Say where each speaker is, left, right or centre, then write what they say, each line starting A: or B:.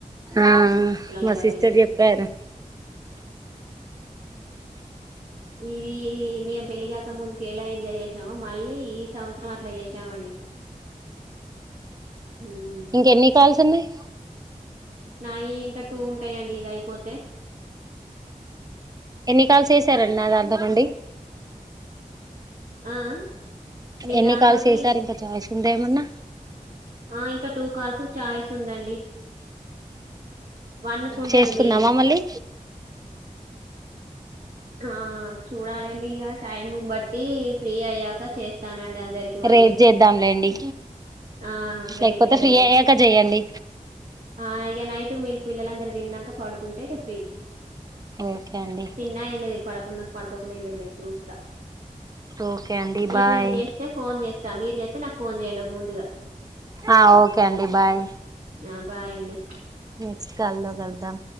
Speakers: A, on the right; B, on the right.
A: ఆ
B: ఇలలా
A: మా
B: పగిలినయ్
A: సిస్టర్ చెప్పారు
B: ఇది మేము పెళ్ళగాక ముందుకు ఎలా ఎంజాయ్ చేసామో మళ్ళీ ఈ సంవత్సరం అట్లా చేసామండి ఉమ్
A: ఇంక ఎన్ని కాల్స్ ఉన్నాయి
B: నాయి ఇంకా టూ ఉంటాయండి ఇది అయిపోతే
A: ఎన్ని కాల్స్ చేశారండి నా దగ్గర నుండి
B: ఆ ఆ నీ
A: ఎన్ని
B: దాంతోటి
A: కాల్స్ చేసారు ఇంకా ఛాయిస్ ఉందా ఏమన్నా
B: ఆ ఇంకా టూ కాల్స్ చాయ్స్ ఉందండి వన్ కు ఉంటది
A: చేసుకుందామా
B: మీది
A: మళ్ళీ
B: ఆ చూడాలండి ఇక టైమ్ బట్టి ఫ్రీ అయ్యాక చేస్తానండి అందరికి మళ్ళీ
A: రేపు చేద్దాంలేండి
B: ఆ రేపు
A: లేకపోతే
B: అయితే
A: ఫ్రీ
B: రేపు
A: అయ్యాక చెయ్యండి
B: ఆ ఇగా నైట్ మల్ పిల్లలందరూ తిన్నాక పడుకుంటే ఫ్రీ
A: ఓకే అండి
B: తిన్నా ఏం లేదు పడకున్నా పడుకోకున్న చూస్తా
A: ఓకే అండి
B: నీకు
A: బాయ్
B: నేను చేస్తే ఫోన్ చేస్తా మీరు చేస్తతే నాకు ఫోన్ చేయండి ఒక ముందుగా
A: ఆ ఓకే అండి బాయ్
B: ఆ బాయ్ అండి
A: నెక్స్ట్ కాల్ లో కలుద్దాం